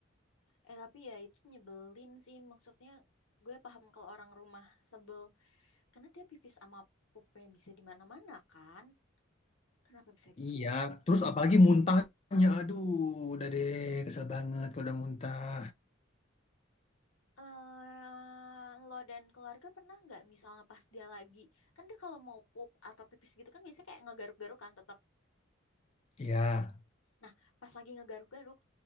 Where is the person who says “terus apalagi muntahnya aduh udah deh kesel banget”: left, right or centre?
Left